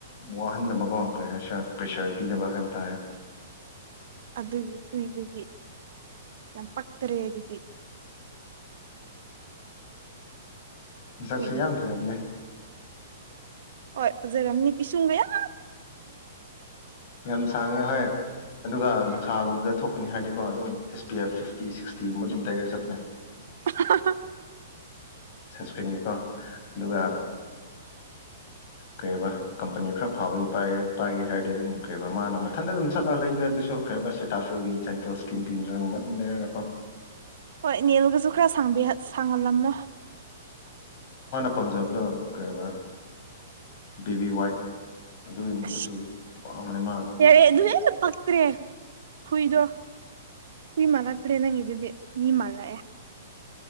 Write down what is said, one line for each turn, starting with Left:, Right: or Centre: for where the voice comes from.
Left: ꯋꯥꯍꯟꯗꯕꯀꯣ ꯀꯔꯤ ꯍꯥꯏꯁꯤꯔ ꯄ꯭ꯔꯦꯁꯔ ꯄꯤꯗꯕ ꯍꯥꯏꯕ ꯇꯥꯔꯦ
Right: ꯑꯗꯨꯒꯤ ꯍꯨꯏꯗꯨꯗꯤ ꯌꯥꯝ ꯄꯛꯇꯔꯦ ꯑꯗꯨꯗꯤ
Left: ꯃꯁꯛ
Right: ꯍꯨꯏ
Left: ꯁꯨ ꯌꯥꯝ
Right: ꯃꯥꯟꯗ꯭ꯔꯦ
Left: ꯐꯖꯕꯅꯦ
Right: ꯍꯣꯏ ꯐꯥꯖꯔꯝꯅꯤ ꯄꯤꯁꯨꯡꯒꯌꯥꯝ
Left: ꯌꯥꯝ ꯁꯥꯡꯉꯦ ꯍꯣꯏ ꯑꯗꯨꯒ ꯅꯨꯡꯁꯥꯒꯨꯝꯕꯗ ꯊꯣꯛꯀꯅꯤ ꯍꯥꯏꯔꯗꯤꯀꯣ ꯑꯗꯨꯝ S P F fifty sixty ꯒꯨꯝꯕ ꯑꯗꯨꯝ ꯇꯩꯔꯒꯥ ꯆꯠꯄꯅꯦ
Right: ꯑꯍꯥ ꯍꯥ
Left: ꯁꯟꯁꯀ꯭ꯔꯤꯟꯒꯤꯀꯣ ꯑꯗꯨꯒ ꯀꯩꯕ ꯀꯝꯄꯅꯤ ꯈꯔ ꯐꯥꯎꯕꯒꯤ ꯄꯥꯏꯒꯦ ꯍꯥꯏꯔꯗꯤꯝ ꯀꯩꯕ ꯃꯥꯅ ꯃꯊꯟꯇ ꯑꯗꯨꯝ ꯆꯠꯂ ꯂꯩꯅ ꯑꯗꯨꯁꯨ ꯀꯩ ꯑꯕꯥ ꯁꯦꯇꯥꯐꯤꯜꯒꯤ ꯖꯦꯟꯇꯦꯜ ꯏꯁꯀꯤꯟ ꯀ꯭ꯟꯖꯔꯒꯨꯝꯕ ꯑꯗꯨꯝ ꯂꯩꯔꯒꯀꯣ
Right: ꯍꯣꯏ ꯏꯅꯦꯜꯒꯁꯨ ꯈꯔ ꯁꯥꯡꯍꯜꯂꯝꯃꯣ
Left: ꯄꯥꯝꯖꯥꯕꯗꯣ ꯀꯩꯔꯕ ꯕꯦꯕꯤ ꯋꯥꯏꯠ ꯑꯗꯨꯒꯤ
Right: ꯑꯁ
Left: ꯃꯆꯨꯗꯨ ꯄꯥꯝꯕꯅꯦ ꯃꯥ
Right: ꯌꯥꯔꯦ ꯑꯗꯨ ꯍꯦꯟꯅ ꯄꯛꯇ꯭ꯔꯦ ꯍꯨꯏꯗꯣ ꯍꯨꯏ ꯃꯥꯜꯂꯛꯇ꯭ꯔꯦ ꯅꯪꯒꯤꯗꯨꯗꯤ ꯃꯤ ꯃꯜ ꯂꯛꯑꯦ